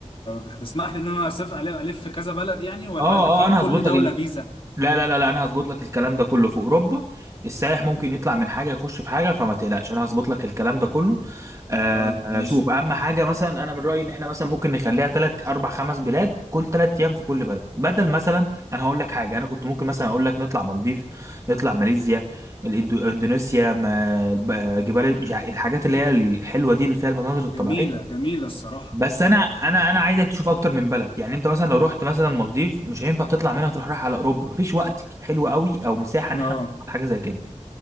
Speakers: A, on the left; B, on the right.
A: هتسمح لي ان انا اسافر ألف ألف كذا بلد يعني ولا
B: اه
A: في
B: اه
A: لكل
B: انا هظبط
A: دولة
B: لك
A: فيزا
B: لا لا لا لا انا هظبط لك الكلام ده كله في اوروبا السائح ممكن يطلع من حاجه يخش في حاجه فما تقلقش انا هظبط لك الكلام ده كله آه
A: طيب
B: آه،
A: ماشي
B: شوف اهم حاجه مثلا انا من رايي ان احنا مثلا ممكن نخليها ثلاث اربع خمس بلاد كل ثلاث ايام في كل بلد بدل مثلا انا هقول لك حاجه انا كنت ممكن مثلا اقول لك نطلع مالديف نطلع ماليزيا الاندونيسيا ما- آه، جبال مش ع- الحاجات اللي هي الحلوه دي اللي فيها المناظر الطبيعيه
A: جميلة جميلة الصراحة
B: بس انا انا انا عايزك تشوف اكتر من بلد يعني انت مثلا لو رحت مثلا مالديف مش هينفع تطلع منها تروح رايح على اوروبا مفيش وقت حلو قوي او مساحه
A: اه
B: ان احنا نخطط حاجه زي كده